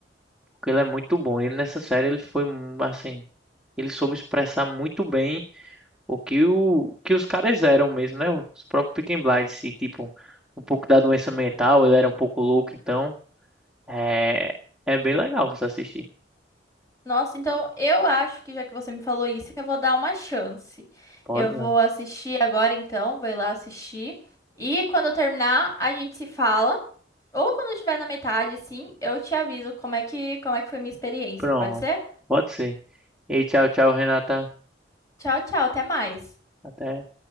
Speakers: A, in the centre; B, on the left.
A: Porque ele é muito bom. Ele nessa série ele foi um, assim, ele soube expressar muito bem o que o que os caras eram mesmo, né? Os próprios Peaky Blinders e tipo um pouco da doença mental, ele era um pouco louco, então é é bem legal você assistir.
B: Nossa, então eu acho que já que você me falou isso, eu vou dar uma chance.
A: Pode,
B: Eu vou assistir agora então, vou ir lá assistir. E quando eu terminar, a gente se fala. Ou quando eu tiver na metade, sim, eu te aviso como é que, como é que foi minha experiência.
A: pronto.
B: Pode ser?
A: Pode ser. E tchau, tchau, Renata.
B: Tchau, tchau, até mais.
A: Até